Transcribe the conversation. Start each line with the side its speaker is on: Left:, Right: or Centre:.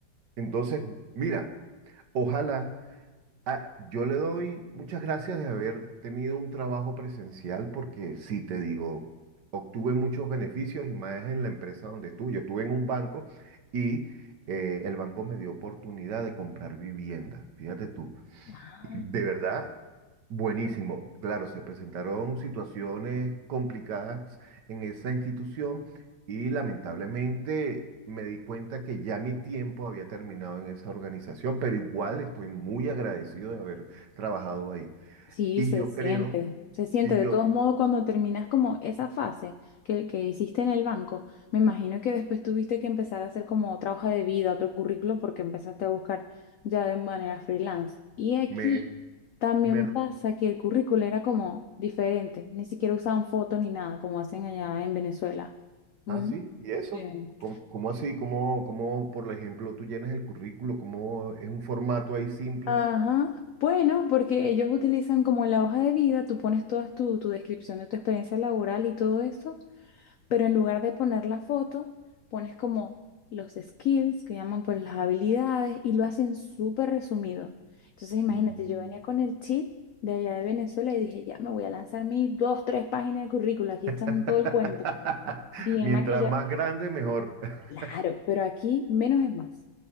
Right: Entonces, mira, ojalá, ah, yo le doy muchas gracias de haber tenido un trabajo presencial porque sí te digo, obtuve muchos beneficios y más en la empresa donde estuve. Yo estuve en un banco y eh, el banco me dio oportunidad de comprar vivienda, fíjate tú.
Left: Ah,
Right: De verdad, buenísimo. Claro, se presentaron situaciones complicadas en esa institución y lamentablemente me di cuenta que ya mi tiempo había terminado en esa organización, pero igual estoy muy agradecido de haber trabajado ahí.
Left: sí,
Right: Y
Left: se
Right: yo
Left: siente,
Right: creo,
Left: se siente.
Right: y
Left: De
Right: yo
Left: todos modos, cuando terminas como esa fase que, que hiciste en el banco, me imagino que después tuviste que empezar a hacer como otra hoja de vida, otro currículo, porque empezaste a buscar ya de manera freelance. Y aquí
Right: me,
Left: también
Right: me, r-
Left: pasa que el currículo era como diferente, ni siquiera usaban foto ni nada, como hacen allá en Venezuela. Ujú.
Right: ah, sí, ¿y eso?
Left: Bien.
Right: ¿Cómo, cómo así? ¿Cómo, cómo, por ejemplo, tú llenas el currículo? ¿Cómo es un formato ahí simple?
Left: Ajá. Bueno, porque ellos utilizan como la hoja de vida, tú pones toda tu, tu descripción de tu experiencia laboral y todo eso, pero en lugar de poner la foto, pones como los skills que llaman pues las habilidades y lo hacen súper resumido. Entonces imagínate,
Right: Mm,
Left: yo venía con el cheat de allá de Venezuela y dije, ya me voy a lanzar mis dos, tres páginas de currícula, aquí
Right: <laughs>
Left: están todo el cuento, bien
Right: Mientras
Left: maquillado.
Right: más grande, mejor. <laughs>
Left: Claro, pero aquí menos es más.